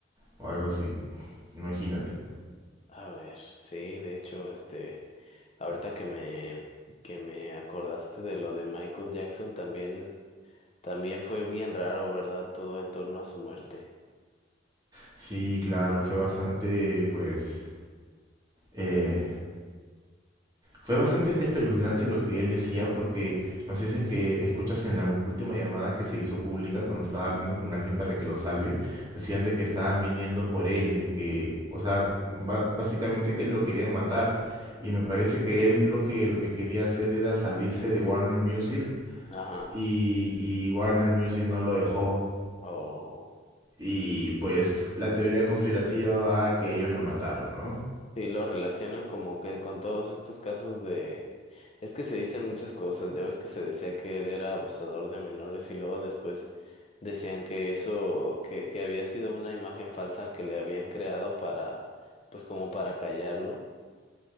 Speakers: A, on the right; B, on the left.
A: o algo así, imagínate.
B: A ver, sí, de hecho, este. Ahorita que me, que me acordaste de lo de Michael Jackson, también, también fue bien raro, ¿verdad? Todo en torno a su muerte.
A: Sí, claro, fue bastante, pues, eh, fue bastante espeluznante lo que él decía porque no sé si es que escuchas en la u- última llamada que se hizo pública cuando estaba hablando con alguien para que lo salve, decían de que estaban viniendo por él, de que, o sea, ba- básicamente que lo querían matar y me parece que él lo que lo que quería hacer era salirse de Warner Music
B: Ajá.
A: y, y Warner Music no lo dejó
B: O
A: y pues la teoría conspirativa va a que ellos lo mataron, ¿no?
B: sí, lo relacionan como que con todos estos casos de... Es que se dicen muchas cosas. Ya ves que se decía que él era abusador de menores y luego después decían que eso, que, que había sido una imagen falsa que le habían creado para, pues como para callarlo.